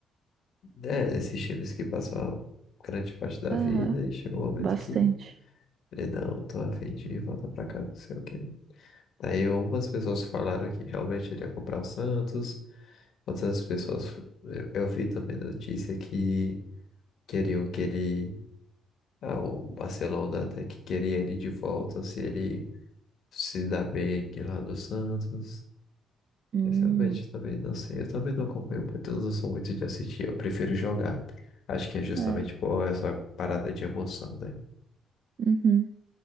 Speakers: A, on the left; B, on the right.
A: É, esses times que passam grande parte da
B: aham,
A: vida e chega um momento
B: bastante.
A: que ele não, tô a fim de voltar pra cá, não sei o quê. Aí, algumas pessoas falaram que realmente ele ia comprar o Santos, outras pessoas, eu, eu vi também notícia que queriam que ele, ah, o Barcelona até que queria ele de volta, se ele se dá bem aqui lá no Santos.
B: Hum,
A: Eu realmente também não sei. Eu também não acompanho muito, eu não sou muito de assistir, eu prefiro jogar. Acho que é justamente
B: é.
A: por essa parada de emoção, né?
B: Uhum.